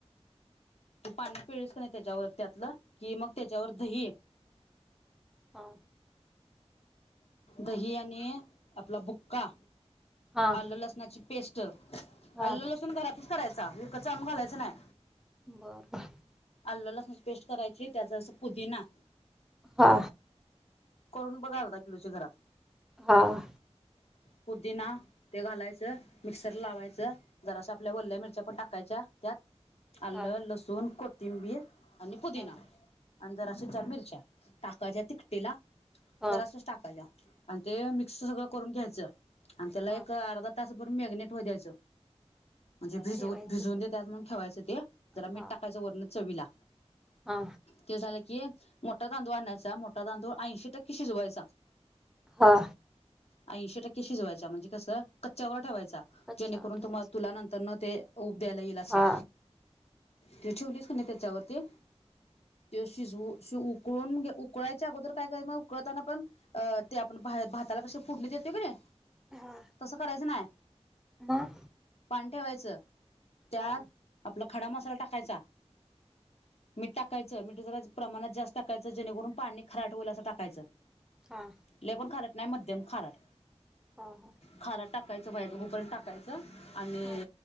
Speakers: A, on the left (about 65°); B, in the centre.
A: तू पाणी पिलीस का नाही त्येजावर त्यातलं, कि मग त्येजावर दही.
B: हा.
A: दही आणि आपला बुक्का,
B: हा
A: आल्ल- लसणाची पेस्ट, आल्ल-
B: हा
A: लसूण घरातच करायचा, विकतच आणून घालायचं नाय.
B: <unintelligible>
A: आल्ल -लसनाची पेस्ट करायची, त्यात अस पुदिना.
B: हा.
A: करून बघ अर्धा किलोची घरात.
B: हां.
A: पुदीना, ते घालायचं, मिक्सर लावायचं, जरास आपल्या वल्या मिरच्या पण टाकायच्या त्यात,
B: हा
A: आल्ल, लसूण, कोथिंबीर आणि पुदिना
B: हा
A: आणि जरास चार मिरच्या, टाकाच्या तिकटीला,
B: हा
A: जरासं टाकायच्या आणि ते मिक्स सगळं करून घ्यायचं आणि त्याला
B: हा
A: एक अर्धा तास रातभर मॅग्नेट व्हाय घ्यायचं, जे भिजवत,
B: ठेवायचं
A: भिजून दे ठेवायचं ते, जरा मीठ
B: हा
A: टाक वरण चवीला.
B: हा
A: ते झालं कि, मोठा तांदूळ आणायचा, मोठा तांदूळ ऐंशी टक्के शिजवायचा.
B: हा.
A: ऐंशी टक्के शिजवायचा म्हणजे कसं, कच्च्यावर ठेवायचा.
B: कच्चा
A: जेणेकरून
B: ठेवायच
A: तुम्हाला, तुला नंतरन ते, उभ द्यायला येईल असं.
B: हा
A: ते ठेवलीस कणी त्येच्यावर ते ते शिजवू, उकळून, उकळायच्या अगोदर काय करायचं उकळताना पण अ, ते आपण भा, भाताला कसं फोडणी देतोय कणी
B: हा
A: तसं करायचं नायं,
B: मग
A: पाणी ठेवायचं. त्यात,
B: हा
A: आपला खडा मसाला टाकायचा, मीठ टाक कायचं, मीठ जरा प्रमाणात जास्त टाकायचं जेणेकरून पाणी खराट होईल असं टाकायचं.
B: हा
A: लई पण खारट नाय, मध्यम खारट.
B: हा
A: खारट टाक हुपर्यंत टाकायचं आणि
B: हा